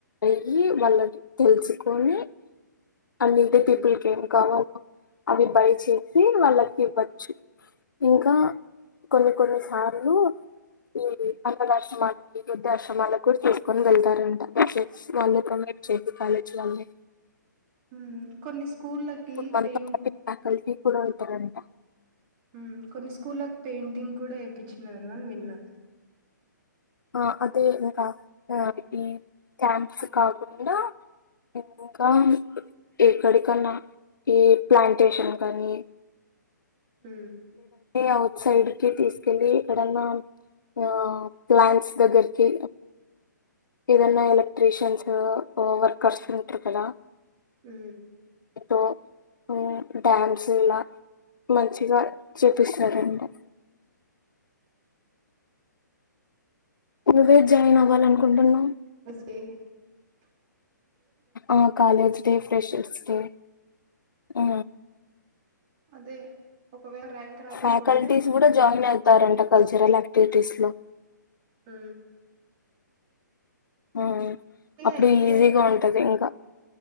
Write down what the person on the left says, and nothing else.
అయ్యి వాళ్ళ తెలుసుకొని అం ద
పీపుల్ కి ఏం కావాల అవి బయ చేసి వాళ్ళకి ఇవ్వచ్చు ఇంకా కొన్ని కొన్ని సార్లు ఈ అన్నదాశ్రమాలకి వృద్ధాశ్రమాలకు కూడా తీసుకొని వెళ్తారంట బ వాళ్ళు ప్రొమైట్ చేసి కాలేజీలల్ని
మనతో
పాటు ఫ్యాకల్టీ కూడా ఉంటారంట
ఆ అదే ఇంకా ఆ ఈ క్యాంప్స్ కాకుండా ఇంకా ఎక్కడికన్నా ఈ ప్లాంటేషన్ కానీ
అఔట్ సైడ్ కి తీసుకెళ్ళలి ఎక్కడన్నా ఆ ప్లాట్స్ దగ్గరకి ఏదన్నా ఎలక్ట్ర్రిషియన్స్ వర్కర్స్ ఉంటారు కదా
డో డో డ్యామ్స్ ఇలా మంచిగా చూపిస్తారండి నువ్వే జాయిన్ అవాలనుకున్న కుంటున్నావ్
ఆ కాలేజ్ డే ఫ్రెషర్స్ డే ఆ
ఫ్యాకల్టీస్ కూడా జాయిన్ అవుతారంట కల్చరల్ విటీస్లో
ఆ అప్పుడు
ఈజీగా ఉంటది ఇంకా